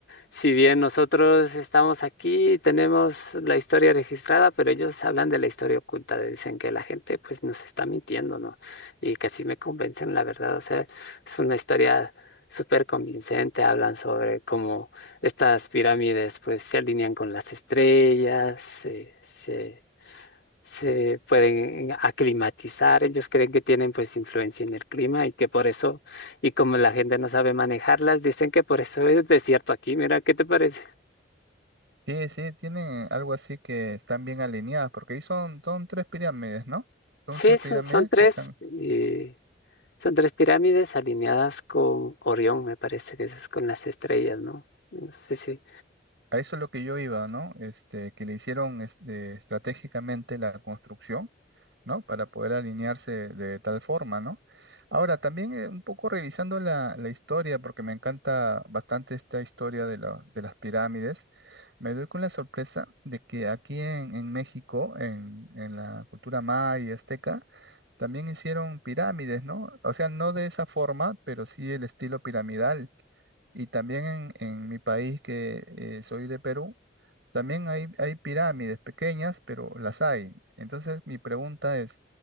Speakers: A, on the left; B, on the right.
A: Si bien nosotros estamos aquí y tenemos la historia registrada, pero ellos hablan de la historia oculta, de- dicen que la gente pues nos está mintiendo, ¿no? Y casi me convencen, la verdad, o sea, es una historia súper convincente, hablan sobre cómo estas pirámides pues se alinean con las estrellas, se, se- se pueden aclimatizar, ellos creen que tienen pues influencia en el clima y que por eso, y como la gente no sabe manejarlas, dicen que por eso es desierto aquí, mira, ¿qué te parece?
B: Sí, sí, tienen algo así que están bien alineadas, porque ahí son, son tres pirámides, ¿no? Son
A: Sí,
B: tres
A: son,
B: pirámides
A: son tres,
B: que están
A: eh, son tres pirámides alineadas con Orión, me parece que es con las estrellas, ¿no? No sé si,
B: a eso es lo que yo iba, ¿no? Este, que le hicieron este, estratégicamente la construcción, ¿no? Para poder alinearse de tal forma, ¿no? Ahora, también eh, un poco revisando la, la historia, porque me encanta bastante esta historia de, la- de las pirámides, me doy con la sorpresa de que aquí en, en México, en, en la cultura maya y azteca, también hicieron pirámides, ¿no? O sea, no de esa forma, pero sí el estilo piramidal. Y también en, en mi país, que eh, soy de Perú, también hay, hay pirámides pequeñas, pero las hay. Entonces, mi pregunta es,